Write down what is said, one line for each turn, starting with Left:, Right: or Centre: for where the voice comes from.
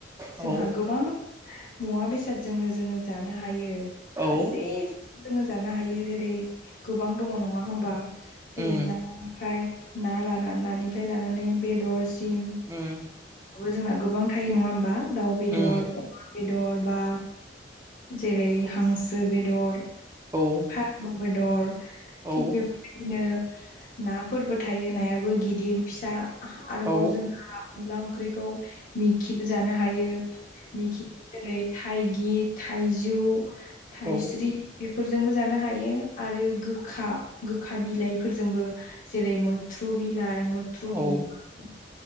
Right: औ
Left: जोंहा गोबां मुवा बेसादजोंनो जोङो जानो हायो
Right: औ
Left: गासै जोङो जानो हायो जेरै गोबां दङ नङा होमबा जेरै
Right: उम
Left: ना ओमफाय ना ला नानिफ्राय लानानै बेदर सिम
Right: उम
Left: जोंना गोबां थायो नङा होमबा दाउ बेदर
Right: उम
Left: बेदर बा जेरै हांसो बेदर
Right: औ
Left: फारौ बेदर
Right: औ
Left: थिग बेफोरबायदिनो नाफोरबो थायो नायाबो गिदिर फिसा आरोबाव
Right: औ
Left: जोंहा अनला ओंख्रिखौ मिखिबो जानो हायो मिखि जेरै थाइगि थाइजौ थाइस्रि
Right: औ
Left: बेफोरजोंबो जानो हायो आरो गोखा गोखा बिलाइफोरजोंबो जेरै मुथ्रु बिलाइ मुथ्रु
Right: औ
Left: बिबार